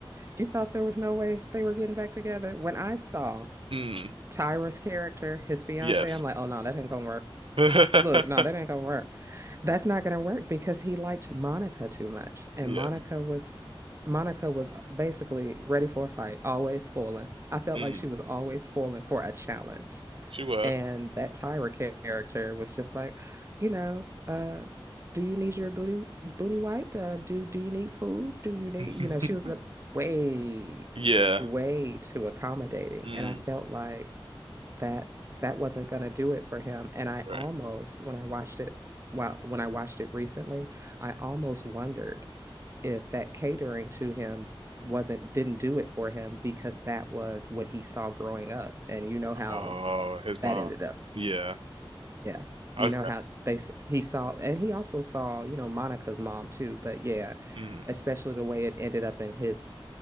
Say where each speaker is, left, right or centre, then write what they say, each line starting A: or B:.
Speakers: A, on the right (about 30°); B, on the right (about 75°).
A: You thought there was no way they were getting back together? When I saw
B: <laughs> mm,
A: Tyra's character, his fiance,
B: yes
A: I'm like, oh no, that ain't gonna work.
B: <laughs> mm,
A: Look, no, that ain't gonna work. That's not gonna work because he liked Monica too much. And
B: yes
A: Monica was Monica was basically ready for a fight, always spoiling. I felt
B: mm,
A: like she was always spoiling for a challenge.
B: she was
A: And that Tyra character was just like, you know, uh, do you need your booty booty wiped? Uh, do do you need food? Do you need,
B: <laughs>
A: you know, she was uh, way,
B: yeah
A: way too accommodating.
B: mm,
A: And I felt like that that wasn't gonna do it for him. And I
B: right.
A: almost, when I watched it, well, when I watched it recently, I almost wondered if that catering to him wasn't didn't do it for him because that was what he saw growing up. And you know how
B: Oh, his
A: that
B: mom.
A: ended up.
B: Yeah.
A: Yeah. You
B: Okay.
A: know how they s- he saw and he also saw, you know, Monica's mom too, but yeah,
B: Mm,
A: especially the way it ended up in his